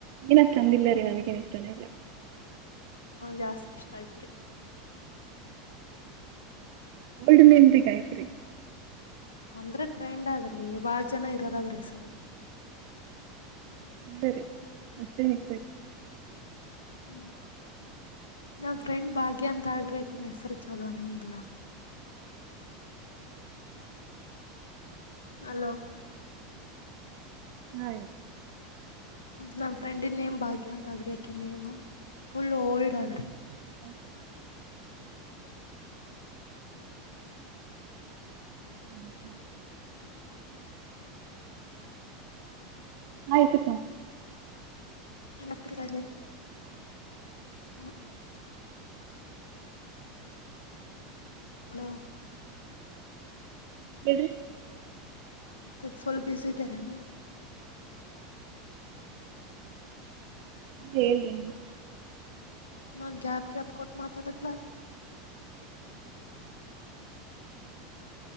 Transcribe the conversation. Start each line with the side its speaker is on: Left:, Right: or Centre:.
Right: ಎನಶ್ಟ ಚಂದಿಲ್ಲ ರೀ ನನಗೇನ್ ಇಷ್ಟಾನೆ ಇಲ್ಲ
Left: ಜಾಸ್ತಿ ಇಷ್ಟ ಅತ್ ರೀ
Right: ಓಲ್ಡ್ ನೆನ್ಪಿಗ ಆ ಐತ್ರಿ
Left: ಅಂದ್ರೆ ಟ್ರೆಂಡ್ ಆದ್ರಿ ಬಾಳ ಜನ ಇರದದ್ರಿ ಸರ್
Right: ಬರಿ ಅಷ್ಟೇ ನಿತ
Left: ಹ್ಮ್ ನಮ್ಮ್ ಫ್ರೆಂಡ್ ಭಾಗ್ಯ ಅಂತ ಆಳ್ರಿ ಅಕಿನ್ ಹೆಸರು ಚಲೋನೇ ಇಲ್ಲ. ಹಲೋ
Right: <inaudible>
Left: ನಮ ಫ್ರೆಂಡನ್ ನೇಮ್ ಭಾಗ್ಯ ಅಂತ ಅ ಆದ್ರಿ ಅಕಿ ನೇಮ್ ಫುಲ್ ಓಲ್ಡ್ ಆದದ್ರಿ
Right: <unintelligible> <unintelligible> ಆಯ್ತು
Left: ನಕ್ಕರದಲ್ಲಿ <unintelligible> <unintelligible>
Right: <unintelligible> <unintelligible>
Left: ಮತ್ತೆ ಫುಲ್ ಬ್ಯುಸಿ ಅದಿರೇನು?
Right: ಹೇಳ್ರಿ
Left: ಮತ್ತ್ ಗ್ಯಾಪ್ ಗ್ಯಾಪ್ಪ ಕೊಟ್ಟು ಮಾತಾಡ <unintelligible>